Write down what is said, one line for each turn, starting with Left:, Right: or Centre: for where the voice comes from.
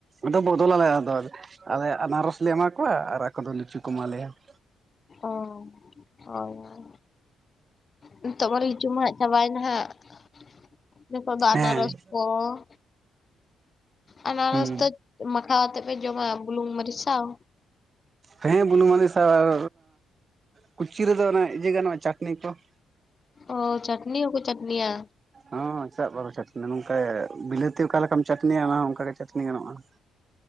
Right: ᱟᱫᱚ ᱵᱚᱫᱚᱞᱟᱞᱮ ᱟᱫᱚ ᱟᱨ ᱟᱞᱮ ᱟᱱᱟᱨᱚᱥ ᱞᱮ ᱮᱢᱟ ᱠᱚᱣᱟ ᱟᱨ ᱟᱠᱚ ᱫᱚ ᱞᱤᱪᱩ ᱠᱚ ᱮᱢᱟ ᱞᱮᱭᱟ ᱾
Left: ᱚ ᱦᱳᱭ ᱦᱳᱭ ᱱᱤᱛᱚᱜ ᱢᱟ ᱞᱤᱪᱩ ᱢᱟ ᱦᱟᱜ ᱪᱟᱵᱟᱭᱱᱟ ᱦᱟᱜ ᱾ ᱱᱤᱛᱚᱜ ᱫᱚ ᱟᱱᱟᱨᱚᱥ
Right: ᱦᱮᱸ
Left: ᱠᱚ ᱾ ᱟᱱᱟᱨᱚᱥ
Right: ᱦᱩᱸ
Left: ᱫᱚ ᱢᱟᱠᱷᱟᱣ ᱟᱛᱮᱜ ᱯᱮ ᱡᱚᱢᱟ ᱵᱩᱞᱩᱝ ᱢᱟᱹᱨᱤᱪ ᱥᱟᱣ?
Right: ᱦᱮᱸ ᱵᱩᱞᱩ ᱢᱟᱹᱱᱤ ᱥᱟᱣ ᱟᱨ ᱠᱩᱪᱤ ᱨᱮᱫᱚ ᱤᱭᱟᱹ ᱜᱟᱱᱚᱜᱼᱟ ᱪᱟᱹᱴᱱᱤ ᱠᱚ ᱾
Left: ᱚ ᱪᱟᱹᱴᱱᱤ ᱦᱠᱚ ᱪᱟᱹᱴᱱᱤᱭᱟ?
Right: ᱦᱚᱸᱜ ᱪᱮᱫᱟᱜ ᱵᱟᱠᱚ ᱪᱟᱹᱴᱱᱤᱭᱟ ᱱᱚᱝᱠᱟ ᱵᱤᱞᱟᱹᱛᱤ ᱚᱠᱟ ᱞᱮᱠᱟᱢ ᱪᱟᱹᱴᱱᱤᱭᱟ ᱚᱱᱠᱟ ᱜᱮ ᱪᱟᱹᱴᱱᱤ ᱜᱟᱱᱚᱜ ᱟ ᱾